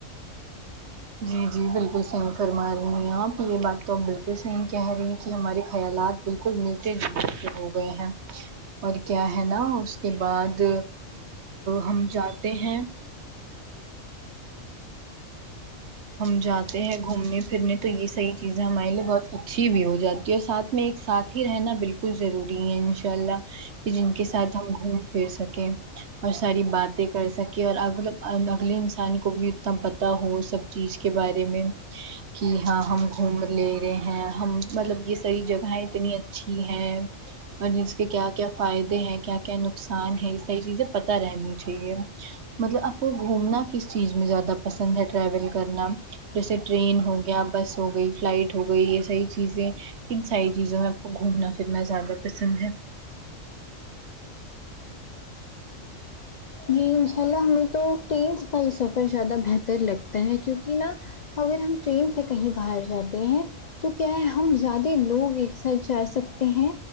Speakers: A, on the right; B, on the left.
A: جی جی بالکل صحیح فرما رہی ہیں آپ یہ بات تو اپ بالکل صحیح کہہ رہی ہیں کہ ہمارے خیالات بالکل ملتے جلتے ہو گئے ہیں اور کیا ہے نا اس کے بعد ہم جاتے ہیں ہم جاتے ہیں گھومنے پھرنے تو یہ صحیح چیزیں ہمارے لیے بہت اچھی بھی ہو جاتی ہے اور ساتھ میں ایک ساتھ ہی رہنا بالکل ضروری ہے ان شاء اللہ کہ جن کے ساتھ ہم گھوم پھر سکیں اور ساری باتیں کر سکیں اور اگلے انسان کو بھی اتنا پتا تا ہو سب چیز کے بارے میں کہ ہاں ہم گھوم لے رہے ہیں ہم مطلب یہ ساری جگاہیں اتنی اچھی ہیں اور جس کے کیا کیا فائدے ہیں کیا کیا نقصان ہے یہ ساری چیزیں پتہ رہنی چاہیے مطلب آپ کو گھومنا کس چیز میں زیادہ پسند ہے ٹریول کرنا جیسے ٹرین ہو گیا بس ہو گئی فلائٹ ہو گئی یہ ساری چیزیں کن ساری چیزوں میں آپ کو گھومنا پھرنا زیادہ پسند ہے
B: جی انشاء اللہ ہمیں تو ٹرینس کا ہی سفر زیادہ بہتر لگتا ہے کیونکی نا اگر ہم ٹرین سے کہیں باہر جاتے ہیں تو کیا ہے ہم زیادے لوگ ایک ساتھ جا سکتے ہیں